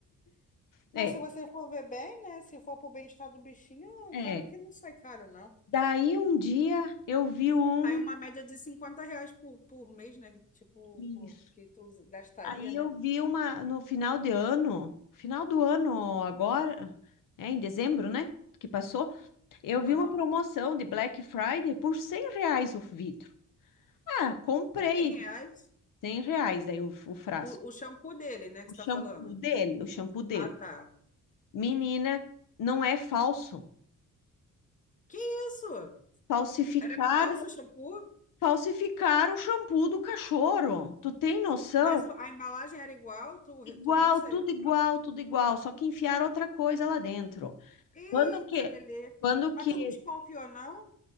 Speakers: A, on the left; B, on the left.
A: é,
B: Mas se você for ver bem, né? Se for pro bem-estar do bichinho, acaba
A: é.
B: que não sai caro, não.
A: Daí um dia eu vi um,
B: Aí uma média de 50 reais por, por mês, né? que, Tipo,
A: isso.
B: que tu usa- gastaria,
A: Aí
B: né?
A: eu vi uma no final de ano, final do ano agora, é em dezembro, né? Que passou, eu vi
B: Aham.
A: uma promoção de Black Friday por 100 reais o vidro. Ah, comprei
B: 100 reais.
A: 100 reais daí o o frasco.
B: O, o shampoo dele, né, que
A: O
B: você tá
A: shampoo
B: falando.
A: dele, o shampoo dele.
B: Ah, tá.
A: Menina, não é falso.
B: Que isso?
A: Falsificar,
B: Era falso o shampoo?
A: falsificar o shampoo do cachorro. Tu tem noção?
B: Mas o- a embalagem era igual? Tu, re-
A: Igual,
B: tu viu se
A: tudo
B: era igual?
A: igual, tudo igual, só que enfiaram outra coisa lá dentro.
B: Eita,
A: Quando que?
B: Lelê.
A: Quando
B: Mas
A: que?
B: tu não desconfiou, não?